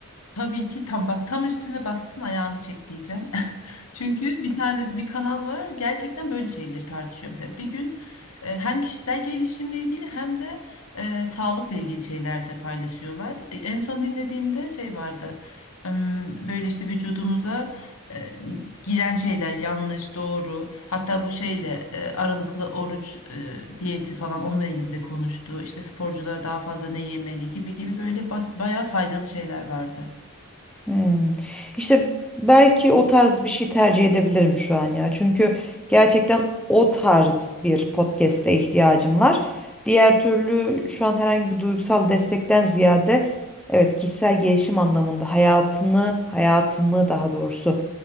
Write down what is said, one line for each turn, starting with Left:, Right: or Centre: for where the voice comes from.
Left: Tabii ki tam bak tam üstüne bastın ayağını çek diyeceğim. <laughs> Çünkü bir tane bir kanal var gerçekten böyle şeyleri tartışıyor. Mesela bir gün e, hem kişisel gelişimle ilgili hem de e, sağlıkla ilgili şeyler de paylaşıyorlar. E, en son dinlediğimde şey vardı em, böyle işte vücudumuza e, giren şeyler yanlış doğru hatta bu şeyle e, aralıklı oruç e, diyeti falan onunla ilgili de konuştu. İşte sporcular daha fazla ne yemeli gibi gibi böyle bas- bayağı faydalı şeyler vardı.
Centre: Hmm. İşte belki o tarz bir şey tercih edebilirim şu an ya. Çünkü gerçekten o tarz bir podcast'e ihtiyacım var. Diğer türlü şu an herhangi bir duygusal destekten ziyade evet kişisel gelişim anlamında hayatını, hayatımı daha doğrusu